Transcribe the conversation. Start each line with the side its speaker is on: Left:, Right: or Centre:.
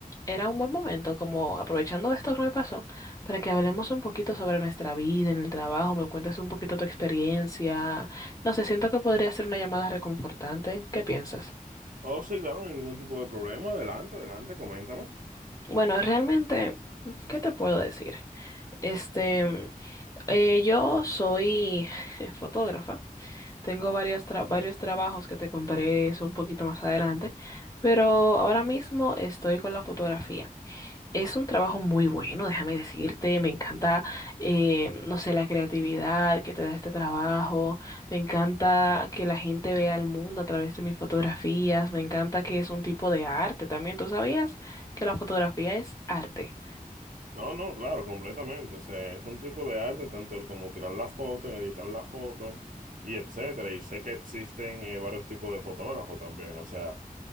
Left: era un buen momento, como aprovechando esto que me pasó, para que hablemos un poquito sobre nuestra vida en el trabajo, me cuentes un poquito tu experiencia. No sé, siento que podría ser una llamada reconfortante. ¿Qué piensas?
Right: Oh, sí, claro, no hay ningún tipo de problema. Adelante, adelante, coméntame.
Left: Bueno, realmente, ¿qué te puedo decir? Este, eh, yo soy <laughs> fotógrafa, tengo varios, tra- varios trabajos que te contaré eso un poquito más adelante, pero ahora mismo estoy con la fotografía. Es un trabajo muy bueno, déjame decirte, me encanta, eh, no sé, la creatividad que te da este trabajo, me encanta que la gente vea el mundo a través de mis fotografías, me encanta que es un tipo de arte también, ¿tú sabías que la fotografía es arte?
Right: No, no, claro, completamente. O sea, es un tipo de arte, tanto el como tirar la foto, en editar la foto, y etcétera. Y sé que existen eh, varios tipos de fotógrafos también. O sea,